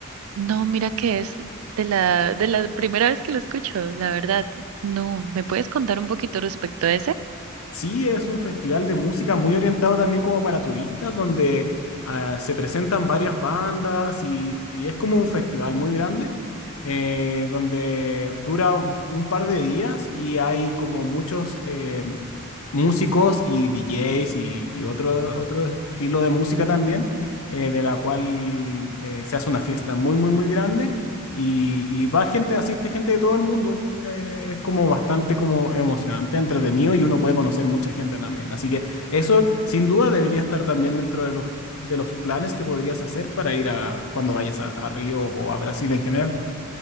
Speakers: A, on the right; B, on the left.
A: No, mira que es de la, de la primera vez que lo escucho, la verdad. No, ¿me puedes contar un poquito respecto a ese?
B: Sí, es un festival de música muy orientado también como para turistas, donde ah, se presentan varias bandas y, y es como un festival muy grande, eh, donde dura un, un par de días y hay como muchos eh, músicos y DJs y, y otro, otro estilo de música también, eh, de la cual eh, se hace una fiesta muy, muy, muy grande y, y va gente, asiste gente de todo el mundo. Eh, es como bastante como emocionante, entretenido y uno puede conocer mucha gente también. Así que eso sin duda debería estar también dentro de los, de los planes que podrías hacer para ir a cuando vayas a, a Río o a Brasil en general.